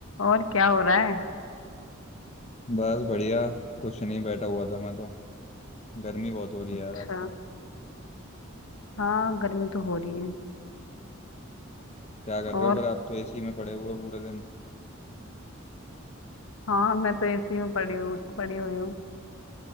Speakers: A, on the left (about 75°); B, on the left (about 30°).
A: और क्या हो रहा है
B: बस बढ़िया कुछ नहीं बैठा हुआ था मैं तो गर्मी बहुत हो रही
A: अच्छा
B: है यार आजकल
A: हाँ गर्मी तो हो रही है
B: क्या कर
A: और
B: रहे हो फिर आप तो एसी में पड़े हुए हो पूरे दिन
A: हाँ मैं तो एसी में पड़ी हूँ पड़ी हुई हूँ